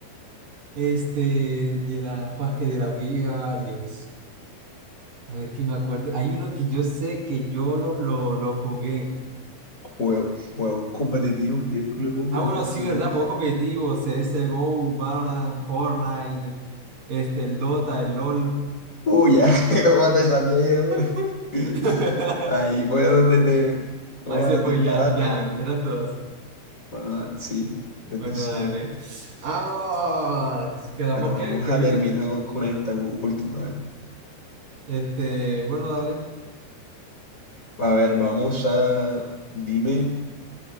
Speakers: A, on the right; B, on the left.
A: este, de la, jo, es que de la Wii había varios. A ver quién me acuerde. Hay uno que yo sé que yo lo, lo, lo jugué.
B: juego Juegos competitivos, tío, culo poco,
A: Ah,
B: no,
A: bueno,
B: no
A: sí, ¿verdad?
B: han dicho
A: Juegos competitivos, CSGO, Valorant, Fortnite, este, el Dota, el LOL.
B: Uy, ya, <laughs> como te sabía ahí, de
A: <laughs>
B: <laughs> Ahí fue donde te... Como
A: Ahí se
B: disparate,
A: fue ya, ya,
B: marica.
A: eran todas.
B: Bueno, sí, 25.
A: Bueno, dale. ¡Vamos! ¿Quedamos
B: Pero
A: qué?
B: vamos
A: Creo
B: a
A: que,
B: terminar
A: qued-
B: con, con esta u- última. dale.
A: este, bueno, dale,
B: A ver, vamos a... Dime,